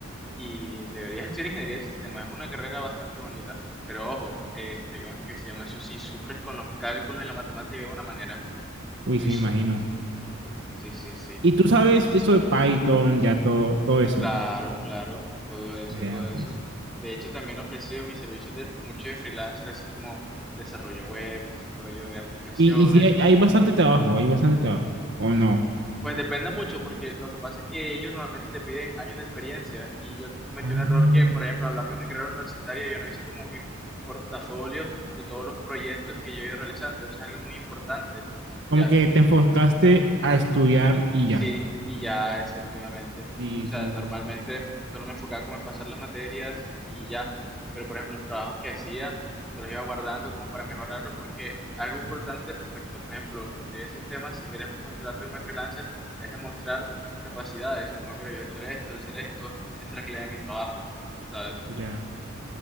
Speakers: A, in the centre; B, on the right.
A: y deberías estudiar ingeniería de sistemas. Es una carrera bastante bonita, pero ojo, este, ¿cómo es que se llama eso? Si sufres con los cálculos en la matemática de una manera.
B: Uy,
A: Uy,
B: sí, me imagino.
A: sí, sí, sí.
B: Y tú sabes eso de Python, ya todo, todo eso,
A: Claro, claro, todo eso,
B: vea,
A: todo eso.
B: pues.
A: De hecho, también he ofrecido mis servicios de mucho de freelancer, así como desarrollo web, desarrollo de aplicaciones,
B: Y, y sí, hay, hay bastante trabajo, hay bastante trabajo, ¿o no?
A: Pues depende mucho, porque lo que pasa es que ellos normalmente te piden años de experiencia y yo cometí
B: Ah.
A: un error que, por ejemplo, a lo largo de mi carrera universitaria yo no hice como mi portafolio de todos los proyectos que yo he ido realizando. Eso es algo muy importante,
B: Como
A: ya.
B: que te enfocaste a estudiar y
A: Sí,
B: ya.
A: y ya efectivamente.
B: Sí,
A: O sea,
B: sí,
A: normalmente
B: sí, sí,
A: solo me enfocaba como en pasar las materias y ya. Pero por ejemplo, los trabajos que hacía, los iba guardando como para mejorarlos, porque algo importante
B: ya,
A: respecto a, por ejemplo, ingeniería de sistemas, si quieres postularte como freelancer, es demostrar tus capacidades. Como, mira, yo he hecho esto, de hacer esto, esta es la calidad de mi trabajo, ¿sabes?
B: ya,